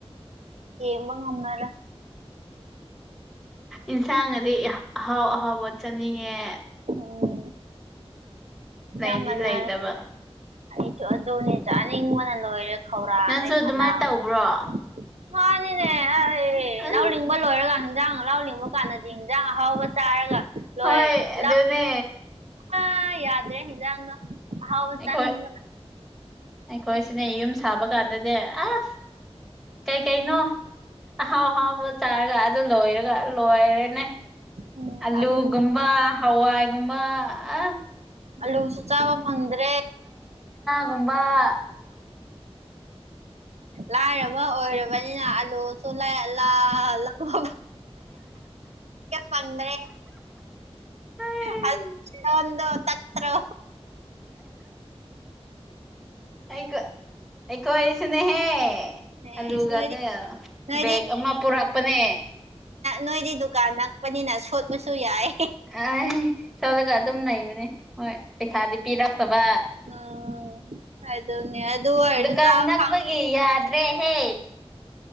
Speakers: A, on the right; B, in the centre.
A: ꯌꯦꯕ ꯉꯝꯃꯔ
B: ꯏꯟꯁꯥꯡ ꯑꯗꯤ ꯑꯍꯥꯎ ꯑꯍꯥꯎꯕ ꯆꯠꯅꯤꯡꯉꯦ
A: ꯎꯝ
B: ꯂꯩꯗꯤ
A: ꯀꯌꯥ ꯃꯅꯥꯑ
B: ꯂꯩꯇꯕ
A: ꯑꯩꯁꯨ ꯑꯗꯨꯅꯦ ꯆꯥꯅꯤꯡꯕꯅ ꯂꯣꯏꯔꯦ ꯈꯧꯔꯥꯡꯉꯦ
B: ꯅꯪꯁꯨ ꯑꯗꯨꯃꯥꯏꯅ
A: ꯈꯅꯥꯎꯁꯦ
B: ꯇꯧꯕ꯭ꯔꯣ
A: ꯃꯥꯅꯤꯅꯦ ꯑꯩ
B: ꯑꯁ
A: ꯂꯥꯎꯅꯤꯡꯕ ꯂꯣꯏꯔꯒ ꯍꯤꯟꯖꯥꯡ ꯂꯥꯎꯅꯤꯡꯕ ꯀꯥꯟꯗꯗꯤ ꯌꯦꯟꯖꯥꯡ ꯑꯍꯥꯎꯕ ꯆꯥꯔꯒ ꯂꯣꯏ
B: ꯍꯣꯏ ꯑꯗꯨꯅꯦ
A: ꯂ ꯑ ꯌꯥꯗ꯭ꯔꯦ ꯍꯤꯟꯖꯥꯡ ꯍꯥꯎ
B: ꯑꯩꯈꯣꯏ
A: ꯆꯥꯅꯤꯡꯕꯅ
B: ꯑꯩꯈꯣꯏꯁꯤꯅꯦ ꯌꯨꯝ ꯁꯥꯕ ꯀꯥꯟꯗꯗꯤ ꯑꯁ ꯀꯩꯀꯩꯅꯣ ꯑꯍꯥꯎ ꯑꯍꯥꯎꯕ ꯆꯥꯔꯒ ꯑꯗꯨ ꯂꯣꯏꯔꯒ ꯂꯣꯏꯔꯦꯅꯦ
A: ꯎꯝ
B: ꯑꯜꯂꯨꯒꯕ
A: ꯑꯗꯨꯅꯦ
B: ꯍꯋꯥꯏꯒꯨꯝꯕ ꯑ
A: ꯑꯂꯨꯁꯨ ꯆꯥꯕ ꯐꯪꯗ꯭ꯔꯦ
B: ꯀꯨꯝꯕ
A: ꯂꯥꯏꯔꯕ ꯑꯣꯏꯔꯕꯅꯤꯅ ꯑꯂꯨꯁꯨ ꯂꯥꯏꯂꯥꯂꯪꯗꯦ ꯐꯟ꯭ꯔꯦ
B: ꯑꯩꯈꯣꯏ
A: ꯇꯈ꯭ꯔ
B: ꯑꯩꯣ ꯑꯩꯈꯣꯏꯁꯨꯅꯦꯍꯦ
A: ꯑꯦꯣꯏꯗꯤ
B: ꯑꯂꯨꯒꯗꯤ
A: ꯅꯣꯏꯗꯤ
B: ꯕꯦꯒ ꯑꯃ ꯄꯨꯔꯛꯄꯅꯦ
A: ꯅꯣꯏꯗꯤ ꯗꯨꯀꯥꯟ ꯅꯛꯄꯅꯤꯅ ꯁꯣꯠꯄꯁꯨ ꯌꯥꯏ
B: ꯑ ꯆꯂꯒ ꯑꯗꯨꯝꯅ ꯃꯅꯦ ꯍꯣꯏ ꯄꯩꯁꯥꯗꯤ ꯄꯤꯔꯛꯇꯕ
A: ꯎꯝ ꯑꯗꯨꯅꯦ ꯑꯗꯨ ꯑꯣꯏꯔꯁꯨ
B: ꯗꯨꯀꯥꯟꯅ
A: ꯆꯥꯕ
B: ꯀꯛꯕꯒꯤ ꯌꯥꯗ꯭ꯔꯦ ꯍꯦ